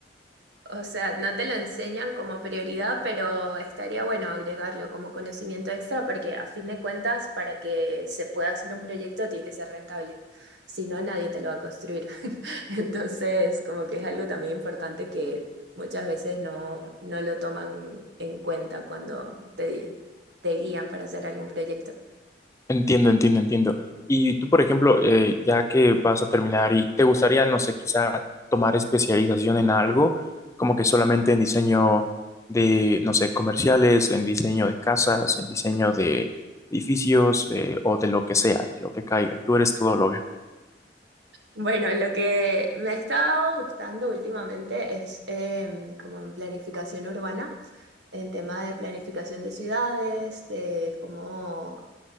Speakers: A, on the right (about 75°); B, on the left (about 15°).
A: O sea, no te lo enseñan como prioridad, pero estaría bueno agregarlo como conocimiento extra porque a fin de cuentas, para que se pueda hacer un proyecto tiene que ser rentable. Si no, nadie te lo va a construir. <laughs> Entonces, como que es algo también importante que muchas veces no, no lo toman en cuenta cuando te, te guían para hacer algún proyecto.
B: Entiendo, entiendo, entiendo. Y tú, por ejemplo, eh, ya que vas a terminar y te gustaría, no sé, quizá tomar especialización en algo, como que solamente en diseño de, no sé, comerciales, en diseño de casas, en diseño de edificios, eh, o de lo que sea, de lo que caiga. Tú eres todóloga.
A: Bueno, lo que me ha estado gustando últimamente es em, como en planificación urbana, en tema de planificación de ciudades, de cómo,